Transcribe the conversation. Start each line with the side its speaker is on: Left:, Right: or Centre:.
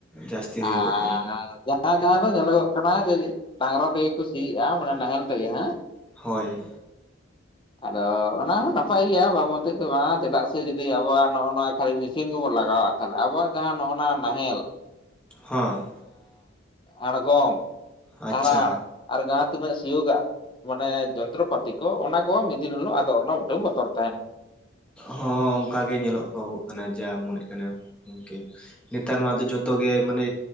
Centre: ᱡᱟᱹᱥᱛᱤ
Left: <unintelligible>
Centre: ᱦᱩᱭᱩᱜᱚᱜ ᱠᱟᱱᱟ
Left: ᱡᱟᱦᱟᱭ ᱡᱟᱦᱟᱭ ᱫᱚ ᱧᱮᱞ ᱜᱚᱜ ᱠᱟᱱᱟ ᱡᱮ ᱰᱟᱝᱨᱟ ᱛᱮ ᱜᱮ ᱠᱚ ᱥᱤᱮ-ᱟ ᱢᱟᱱᱮ ᱱᱟᱦᱮᱞ ᱛᱮ ᱜᱮ ᱦᱟᱜ᱾
Centre: ᱦᱳᱭ
Left: <inaudible> ᱟᱫᱚ ᱚᱱᱟ ᱦᱚᱸ ᱱᱟᱯᱟᱭ ᱜᱮᱭᱟ ᱵᱟᱝ ᱢᱚᱛᱮᱫ ᱫᱚ ᱵᱟᱝ-ᱟ ᱪᱮᱫᱟᱜ ᱥᱮ ᱡᱩᱫᱤ ᱟᱵᱚᱣᱟᱜ ᱱᱚᱜ ᱱᱚᱣᱟ ᱠᱷᱟᱹᱞᱤ ᱢᱮᱥᱤᱱ ᱜᱮ ᱵᱚᱱ ᱞᱟᱜᱟᱣᱟ, ᱛᱟᱦᱞᱮ ᱟᱵᱚ ᱣᱟᱜ ᱡᱟᱦᱟᱸ ᱱᱚᱜᱼᱱᱟ ᱱᱟᱦᱮᱞ
Centre: ᱦᱚᱸ
Left: ᱟᱬᱜᱚᱢ
Centre: ᱟᱪᱪᱷᱟ
Left: ᱟᱨᱟᱲ ᱟᱨ ᱡᱟᱦᱟᱸ ᱛᱤᱱᱟᱹᱜ ᱥᱤᱭᱳᱜ-ᱟᱜ ᱢᱟᱱᱮ ᱡᱚᱱᱛᱨᱚᱯᱟᱛᱤ ᱠᱚ ᱚᱱᱟ ᱠᱚ ᱢᱤᱫ ᱫᱤᱱ ᱦᱤᱞᱳᱜ ᱟᱫᱚ ᱚᱱᱚ ᱢᱤᱫᱴᱟᱹᱝ ᱵᱚᱛᱚᱨ ᱛᱟᱦᱮᱱᱟ᱾
Centre: ᱦᱚᱸ ᱚᱝᱠᱟᱜᱮ ᱧᱮᱞᱚᱜᱚᱜ <unintelligible> ᱠᱟᱱᱟ ᱡᱟ ᱢᱚᱱᱮ ᱠᱟᱱᱮᱢ ᱤᱱᱠᱟᱹ ᱱᱮᱛᱟᱨ ᱢᱟ ᱟᱫᱚ ᱡᱚᱛᱚ ᱜᱮ ᱢᱟᱱᱮ